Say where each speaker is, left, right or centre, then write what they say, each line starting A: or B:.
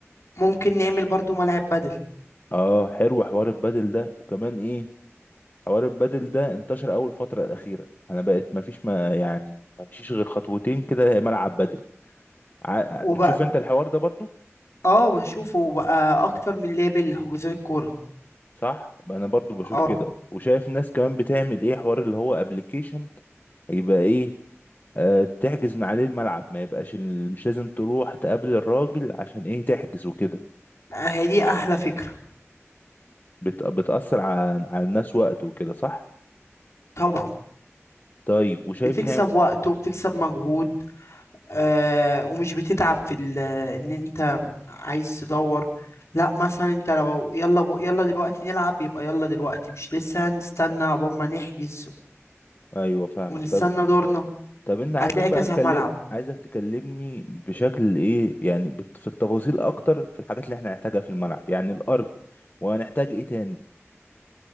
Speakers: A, on the left; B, on the left.
A: ممكن نعمل برضو ملاعب بدل
B: اه حلو حوار البادل ده وكمان ايه حوار البادل ده انتشر اول فترة الأخيرة انا بقت ما فيش ما يعني ما مشيش غير خطوتين كده ملعب بادل ع-
A: وبقى
B: بتشوف انت الحوار ده برضو
A: اه بشوفه بقى اكتر من لابل لحجوزات الكورة
B: صح انا برضو بشوف
A: اه
B: كده وشايف ناس كمان بتعمل ايه حوار اللي هو ابلكيشن يبقى ايه آه تحجز من عليه الملعب ما يبقاش ال- مش لازم تروح تقابل الراجل عشان ايه تحجز وكده
A: هي دي احلى فكرة
B: بت- بتأثر على على الناس وقت وكده صح
A: طبعا
B: طيب وشايف
A: بتكسب
B: نعم
A: وقت وبتكسب مجهود آه ومش بتتعب في ال- ان انت عايز تدور لا مثلا انت لو يلا بو يلا دلوقتي نلعب يبقى يلا دلوقتي مش لسه هنستنى عقبال ما نحجز ايوه
B: ايوه فاهمك
A: ونستنى
B: طب
A: دورنا
B: طب انت عايزك
A: هتلاقي
B: بقى
A: كذا
B: اتكلم
A: ملعب
B: عايزك تكلمني بشكل ايه يعني بت- في التفاصيل اكتر في الحاجات اللي احنا هنحتاجها في الملعب يعني الارض وهنحتاج ايه تاني